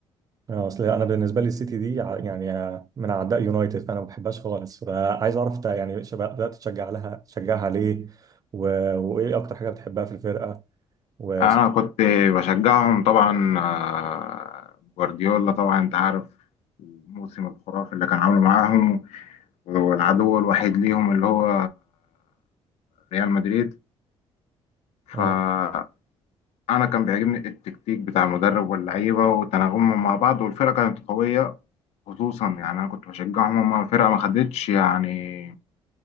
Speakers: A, on the right; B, on the left.
A: آه، اصل انا بالنسبه لي السيتي دي ع- يعني آه، من اعداء يونايتد فانا ما بحبهاش خالص فعايز اعرف انت يعني شب- بدات تشجع لها تشجعها ليه و... وايه اكتر حاجه بتحبها في الفرقه و...
B: انا كنت بشجعهم طبعا آه، جوارديولا طبعا انت عارف الموسم الخرافي اللي كان عامله معاهم والعدو الوحيد ليهم اللي هو ريال مدريد
A: اه
B: فأنا كان بيعجبني التكتيك بتاع المدرب واللعيبة وتناغمهم مع بعض والفرقة كانت قوية خصوصا يعني أنا كنت بشجعهم هما فرقة ما خدتش يعني